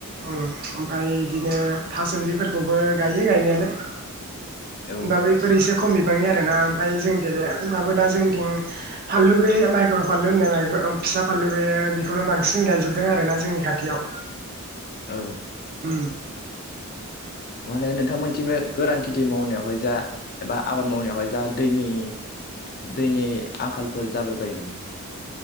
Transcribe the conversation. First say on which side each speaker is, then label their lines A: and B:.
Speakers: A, on the right; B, on the left.
A: उम ओमफ्राय बिदिनो थासुमलिफोरखौबो गायो गायनायालाय
B: औ
A: होनबाबो एफोर एसे खम बिबांनि आरोना ओमफ्राय जों देरो होनबाबो दा जोंनिथिं फानलु बे माइक्र' फानलु होननाय माइक्र फिसा फानलु बेयो बेखौनो बांसिन गायजोबदों आरोना जोंनि खाथियाव।
B: औ
A: उम
B: माने नोंथांमोनथिं बे गोरान खेथि मावनायावहाय जा एबा आबाद मावनायावहाय जा दैनि दैनि आंखालफोर जाबाय बायो नामा?